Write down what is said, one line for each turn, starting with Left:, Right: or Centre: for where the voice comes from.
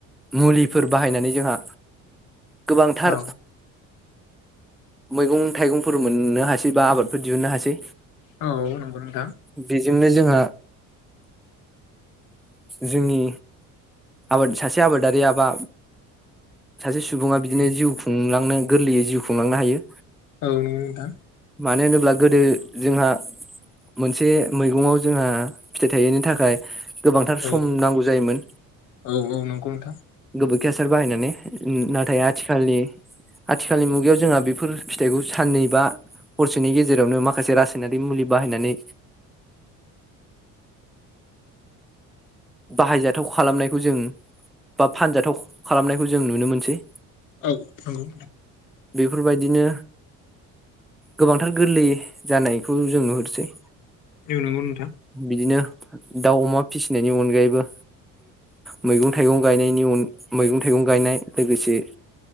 Centre: मुलि फोर बाहायनानै जोंहा गोबांथार
Left: औ
Centre: मैगं थाइगंफोर मोननो हासै बा आबादफोर दिहुननो हासै।
Left: औ नंगौ नोंथां
Centre: बेजोंनो जोंहा जोंनि आबाद सासे आबादारिआबा सासे सुबुङा बिदिनो
Left: उम
Centre: जिउ खुंलांदों। गोरलैयै जिउ खुंलांनो हायो
Left: औ नोंगौ नोंथां
Centre: मानो होनोब्ला गोदो जोंहा मोनसे मैगंङाव जोंहा फिथाइ थायैनि थाखाय गोबांथार
Left: औ
Centre: सम नांगौ जायोमोन।
Left: औ नंगौ नोंथां औ नंगौ नोंथां
Centre: दुखया सार बाहायना नै नाथाय आथिखालनि आथिखालनि मुगायाव जोंहा बेफोर फिथाइखौ सानै बा हरसेनि गेजेरावनो माखासे रासायनारि मुलि बाहायनानै बाहायजाथाव खालामनायखौ जों बा फानजाथाव खालामनायखौ जों नुनो मोनसै।
Left: औ नंगौ
Centre: बेफोरबायदिनो गोबांथार गोरलै जानायखौ जों नुहुरसै
Left: एनंगौ नोंथां
Centre: बिदिनो दाउ अमा फिसिनायनि अनगायैबो मैगं थाइगं गायनाय न मैगं थाइगं गायनाय लोगोसे